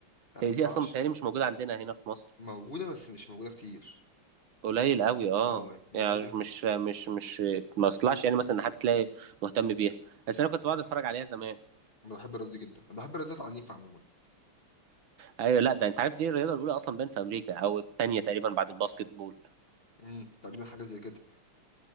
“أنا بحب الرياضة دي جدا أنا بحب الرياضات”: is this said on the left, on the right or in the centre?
Left